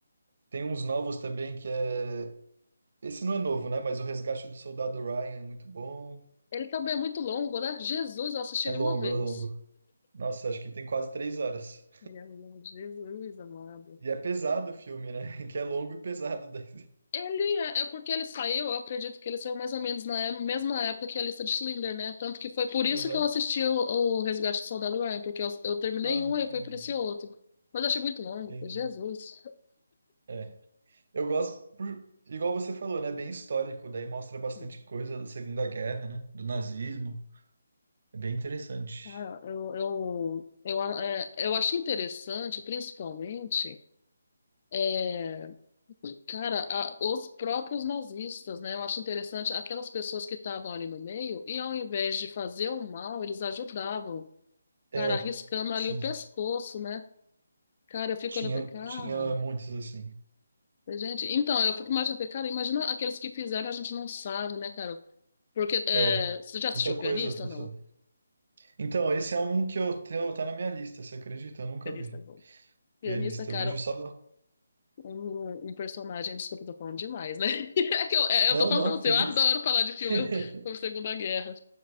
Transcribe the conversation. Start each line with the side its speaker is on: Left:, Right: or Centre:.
Right: Tem uns novos também que é. Esse não é novo, né? Mas O Resgate do Soldado Ryan é muito bom.
Left: Ele também é muito longo, né? Jesus, eu assisti
Right: É
Left: ele
Right: longo,
Left: uma vez.
Right: é longo. Nossa, acho que tem quase três horas.
Left: Ele é o nome de Jesus, amado.
Right: E é pesado o filme, né? <laughs> Que é longo e pesado. <laughs> daí.
Left: Ele é, é porque ele saiu, eu acredito que ele saiu mais ou menos na é- mesma época que a lista de Schindler, né? Tanto que foi por isso
Right: Aham.
Left: que eu assisti o, o Resgate do Soldado Ryan, porque eu, eu terminei
Right: Ah,
Left: um e
Right: entendi.
Left: foi por esse outro. Mas eu achei muito longo,
Right: Entendi.
Left: foi Jesus.
Right: É. Eu gosto, por- igual você falou, né? É bem histórico, daí mostra bastante
Left: Sim,
Right: coisa da Segunda Guerra, né? Do nazismo.
Left: sim.
Right: É bem interessante.
Left: Ah, eu, eu, eu, é, eu acho interessante, principalmente, é, cara, a- os próprios nazistas, né? Eu acho interessante aquelas pessoas que estavam ali no meio e ao invés de fazer o mal, eles ajudavam.
Right: É,
Left: cara, arriscando ali
Right: sim.
Left: o pescoço, né? Cara, eu fico
Right: Tinha,
Left: olhando, falei, cara,
Right: tinha muitos, assim.
Left: gente, então, eu fico imaginando, falei, cara, imagina aqueles que fizeram, a gente não sabe, né, cara? Porque, é,
Right: É,
Left: você já assistiu
Right: muita coisa
Left: Pianista,
Right: aconteceu.
Left: ou não?
Right: Então, esse é um que eu tenho, tá na minha lista, você acredita? Eu nunca
Left: Pianista
Right: vi.
Left: é bom. Pianista,
Right: Pianista,
Left: cara,
Right: o vídeo só.
Left: um, um personagem, desculpa, eu tô falando demais, né? <laughs> É que eu, é, eu
Right: Não,
Left: tô falando
Right: não,
Left: pra você,
Right: que
Left: eu
Right: isso.
Left: adoro falar de filme
Right: <laughs>
Left: sobre Segunda Guerra.